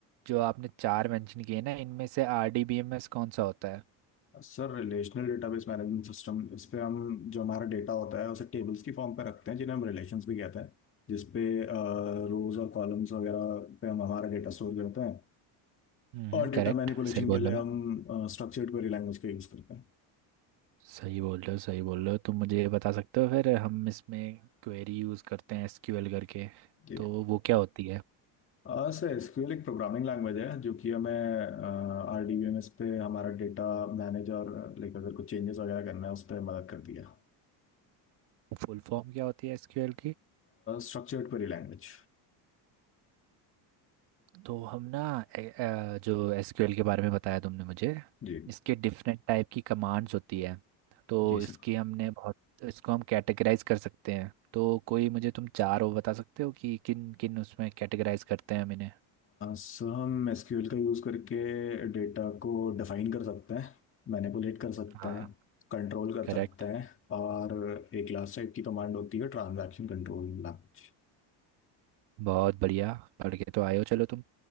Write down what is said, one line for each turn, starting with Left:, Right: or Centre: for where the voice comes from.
Right: जो आपने चार मेंशन किए ना इनमें से आरडीबीएमएस कौन सा होता है
Left: Sir relational database management system इस पे हम जो हमारा डेटा होता है उसे टेबल्स की फॉर्म पे रखते हैं जिन्हें हम रिलेशंस भी कहते हैं जिसपे रोज और कॉलम्स वगैरह पे हम हमारा डेटा स्टोर करते हैं
Right: हम्म
Left: और डेटा
Right: करेक्ट
Left: मैनिपुलेशन
Right: सही
Left: के
Right: बोल
Left: लिए
Right: रहे
Left: हम
Right: हो
Left: स्ट्रक्चर्ड क्वेरी लैंग्वेज का यूज़ करते हैं
Right: सही बोल रहे हो सही बोल रहे हो तुम मुझे ये बता सकते हो फिर हम इसमें क्वेरी यूज़ करते हैं एसक्यूएल करके
Left: ठीक
Right: तो वो क्या होती है
Left: है, सर एसक्यूएल एक प्रोग्रामिंग लैंग्वेज है जो कि हमें आर डी बी एम एस पे हमारा डेटा मैनेज और लाइक अगर कुछ चेंजेस वगैरह करना है उस पर मदद करती है
Right: फुल फॉर्म क्या होती है एसक्यूएल
Left: Structured query language
Right: तो हम ना ए- अ, जो एसक्यूएल के बारे में बताया तुमने मुझे
Left: जी
Right: इसके डिफरेंट टाइप की कमांड्स होती है तो
Left: जी
Right: इसकी
Left: सर
Right: हमने बहुत इसको हम कैटेगराइज कर सकते हैं तो कोई मुझे तुम चार वो बता सकते हो कि किन किन उसमें कैटेगराइज करते हैं हम इन्हें
Left: सर हम एसक्यूएल का यूज़ करके डेटा को डिफाइन कर सकते हैं मैनिपुलेट कर सकते
Right: हाँ
Left: हैं कंट्रोल कर
Right: करेक्ट
Left: सकते हैं और एक लास्ट टाइप की कमांड होती है ट्रांजैक्शन कंट्रोल लैंग्वेज
Right: बहुत बढ़िया पढ़ के तो आए हो चलो तुम